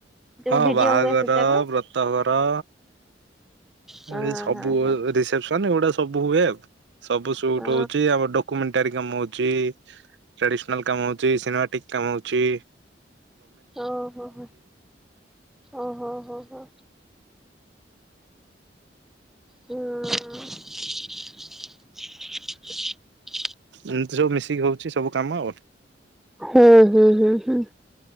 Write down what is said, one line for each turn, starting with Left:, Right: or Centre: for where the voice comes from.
Centre: ଯୋଉ
Right: ହଁ
Centre: ଭିଡିଓ
Right: ବାହାଘର
Centre: ହୁଏ ସେଯାକ?
Right: ବ୍ରତ ଘର।
Centre: ହଁ
Right: ଏଇ ସବୁ
Centre: ହଁ ହଁ ହଁ ହଁ।
Right: ରିସେପସନ ଏଗୁଡା ସବୁ ହୁଏ ଆଉ ସବୁ ସୁଟ
Centre: ଓହୋ
Right: ହଉଛି ଆମ ଡ ଡମେଣ୍ଟାରୀ କାମଅଛି, ଟ୍ରାଡିସନାଲ କାମଅଛି, ସିନେମାଟିକ କାମଅଛି।
Centre: ଓ ହୋ ହୋ ଓ ହୋ ହୋ ହୋ। ହମ୍।
Right: ଏମିତି ସବୁ ମିଶିକି ହଉଛି ସବୁ କାମ ଆଉ
Centre: ହଁ ହୁଁ ହୁଁ ହୁଁ।